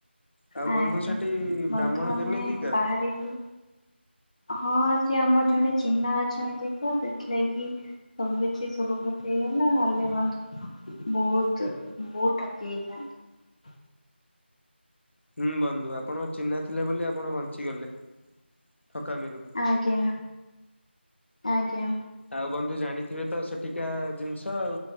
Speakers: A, on the left; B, on the left.
A: ଆଉ
B: ଆଜ୍ଞା
A: ବନ୍ଧୁ ସେଠି ବ୍ରାହ୍ମଣ
B: ବନ୍ଧୁ ଆମେ
A: କେମିତିକା?
B: ବାହାରିଲୁ ହଁ ସେ ଆମର ଜଣେ ଚିହ୍ନା ଅଛନ୍ତି ତ ସେଥିଲାଗି ସବୁ କିଛି ସୁରୁଖୁ ହେଇଗଲା ଭଲେ ବନ୍ଧୁ ବହୁତ ବହୁତ ଠକି ହେଇଥାନ୍ତ
A: ହୁଁ ବନ୍ଧୁ ଆପଣ ଅ ଚିହ୍ନା ଥିଲେ ବୋଲି ଆପଣ ବଞ୍ଚିଗଲେ ଠକା ମେରୁୁ
B: ଆଜ୍ଞା ଆଜ୍ଞା
A: ଆଉ ବନ୍ଧୁ ଜାଣିଥିବେ ତ ସେଠିକା ଜିନିଷ ଆଉ